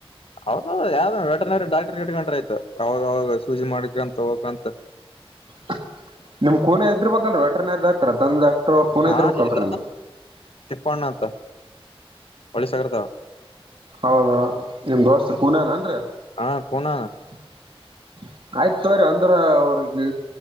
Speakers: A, on the left (about 70°); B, on the right (about 60°).
A: ಹೌದ ಯಾವ್ದನ ವೆಟನರಿ ಡಾಕ್ಟರ್ ಗಿಡ್ಕೊಂಡ್ರೆ ಆಯ್ತು ಅವಾಗಾವಾಗ ಸೂಜಿ ಮಾಡ್ಕಂತ ಹೋಗಂತ
B: ಹ ನಮ್ ಕೊನೆ ಇದಿರ್ಬೇಕಲ್ ವೆಟರ್ನರಿ ಡಾಕ್ಟರ್ ದನ್ ಡಾಕ್ಟರ್ ಅವ ಕೂನೆ
A: ಹಾ
B: ಇದಿರ್ಬೇಕಲ್ರಿ
A: ಇಲ್ಲ
B: ನಿಮ್ದ
A: ತಿಪ್ಪಣ್ಣ ಅಂತ ಪೋಲಿಸೋರ್ ದೊ
B: ಹೌದಾ ನಿಮ್ ದೋಸ್ತರ್ ಕೂನಾ ಏನ್ರೀ ಹ
A: ಹಾ ಕೂನ
B: <unintelligible> ಆಯ್ತು ತೋರಿ ಅಂದ್ರೆ ಅವ್ರಿಗೆ